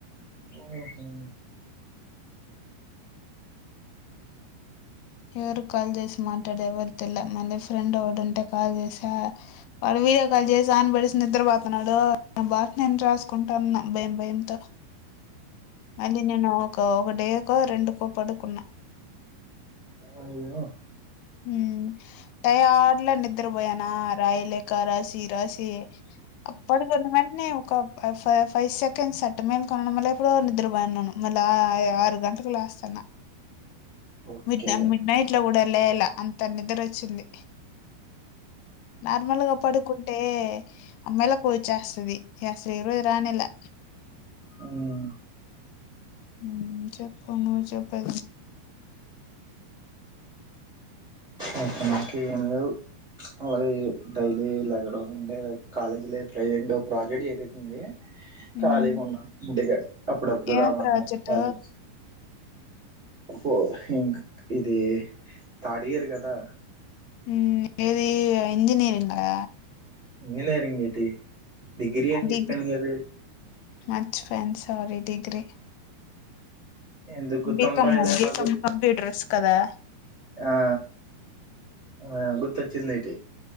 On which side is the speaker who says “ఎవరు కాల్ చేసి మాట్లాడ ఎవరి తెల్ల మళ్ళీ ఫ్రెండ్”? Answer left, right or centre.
Left